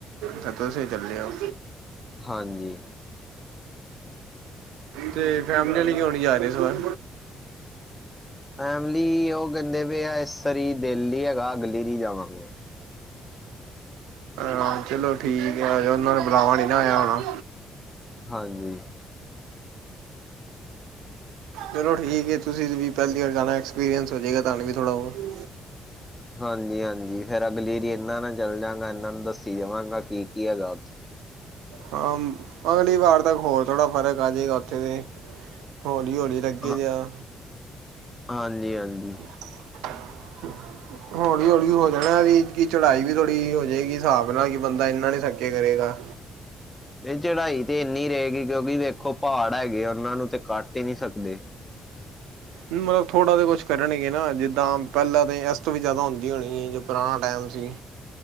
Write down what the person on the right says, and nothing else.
ਤਾ ਤੁਸੀ ਚੱਲੇ ੳ।
ਤੇ ਫੈਮਲੀ ਆਲੇ ਕਿਉ ਨੀ ਜਾ ਰਹੇ ਏਸ ਵਾਰ?
ਹਾਂ ਚਲੋ ਠੀਕ ਆ ਉਹਨਾਂ ਨੂੰ ਬੁਲਾਵਾਂ ਨੀ ਨਾ ਆਯਾ ਹੋਣਾ।
ਚਲੋ ਠੀਕ ਏ, ਤੁਸੀਂ ਵੀ ਪੇਲੀ ਵਾਰ ਜਾਣਾ ਐਕਸਪੀਰੀਅੰਸ ਹੋ ਜਾਏਗਾ ਤਾਨੂੰ ਵੀ ਥੋੜਾ ਬੋਤ
ਹਾਂ ਅਗਲੀ ਵਾਰ ਤੱਕ ਹੋਰ ਥੋੜਾ ਫ਼ਰਕ ਆ ਜਾਏਗਾ ਉੱਥੇ ਤੇ ਹੌਲੀ-ਹੌਲੀ ਲੱਗੇ
ਦੇ ਆ
ਹਮ <unintelligible> ਹੋਲੀ-ਹੋਲੀ ਹੋ ਜਾਨਾ ਵੀ ਕੀ ਚੜਾਈ ਵੀ ਥੋੜੀ ਹੋ ਜਾਏਗੀ ਸਾਬ ਨਾਲ ਕਿ ਬੰਦਾ ਏਨਾਂ ਨੀ ਥੱਕੇ ਕਰੇਗਾ।
ਮਤਲਬ ਥੋੜ੍ਹਾ ਜਾ ਕੁਛ ਕਰਨਗੇ ਨਾ ਜਿੱਦਾਂ ਪੈਲਾਂ ਤੇ ਇਸ ਤੋ ਵੀ ਜ਼ਾਦਾ ਹੁੰਦੀ ਹੋਨੀ ਜੇ ਪੁਰਾਣਾ ਟੈਮ ਸੀ।